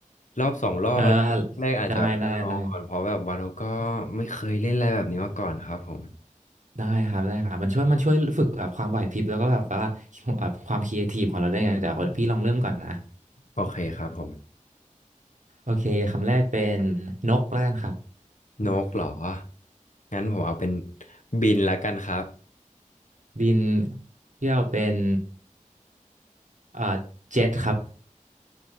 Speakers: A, on the left; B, on the right.
A: รอบสองรอบอะไรแรกอาจจะแบบลองลองก่อนเพราะแบบว่าเราก็
B: เออได้ได้ได้
A: ไม่เคยเล่นอะไรแบบนี้มาก่อนครับผม
B: ได้ครับได้ครับมันช่วยมันช่วยฝึกแบบความไหวพริบแล้วก็แบบว่าแบบความครีเอทีฟของเราได้วยไงเดี๋ยวเดี๋ยวพี่ลองเริ่มก่อนนะ
A: โอเคครับผม
B: โอเคคำแรกเป็นนกแล้วกันครับ
A: นกเหรองั้นผมเอาเป็นบินละกันครับ
B: บินเที่ยวเป็นเอ่อเจ็ตครับ